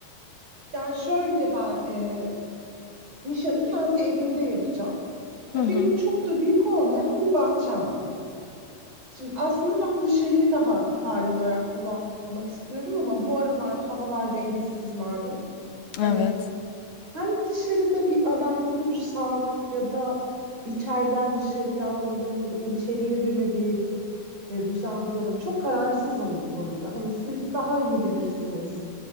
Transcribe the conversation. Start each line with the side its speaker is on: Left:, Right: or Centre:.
Right: Yani şöyle ben e, nişanı kendi evimde yapacağım.
Left: Hı
Right: E,
Left: hı.
Right: Benim çok da büyük olmayan bir bahçem var. Şimdi aslında ben dışarıyı daha faal olarak kullanmak istiyorum ama bu aralar havalar dengesiz malum. Hani
Left: Evet.
Right: hem dışarıda bir alan kursak ya da içeriden dışarıya almalı mı ya da içeriye de mi bir e, düzen kuralım? Çok kararsızım bu konuda. Hani siz daha iyi bilirsiniz